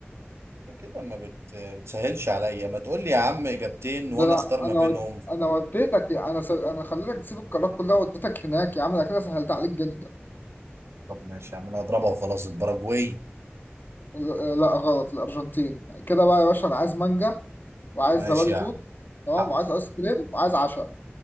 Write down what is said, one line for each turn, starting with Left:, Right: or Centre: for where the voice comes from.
Right: ده كده ما بت... بتسهلش عليا ما تقول لي يا عم اجابتين
Left: ده
Right: وانا
Left: أنا
Right: اختار ما
Left: أنا
Right: بينهم
Left: ود- أنا وديتك أنا س... أنا خليتك تسيب القارات كلها وديتك هناك يا عم أنا كده سهلت عليك جدا
Right: طب ماشي يا عم انا هضربها وخلاص الباراجواي
Left: ال- آه، لا غلط الأرجنتين كده بقى يا باشا أنا عايز مانجا وعايز
Right: ماشي
Left: زبادي
Right: يا
Left: توت
Right: عم
Left: تمام
Right: حق
Left: وعايز آيس كريم وعايز عشاء